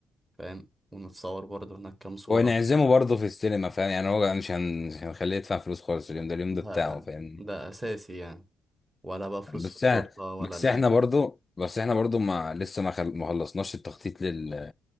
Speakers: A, on the right; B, on the left.
A: فاهم ونتصور برضه هناك كام صورة
B: ونعزمه برضه في السينما فاهم يعني هو مش هن... مش هنخليه يدفع فلوس خالص اليوم ده اليوم
A: ده
B: ده بتاعه فاهم
A: ده اساسي يعني ولا بقى فلوس
B: بس
A: في التورتة
B: احنا
A: ولا
B: بس
A: الاكل
B: احنا برضه بس احنا برضه ما لسه ما خل... ما خلصناش التخطيط لل...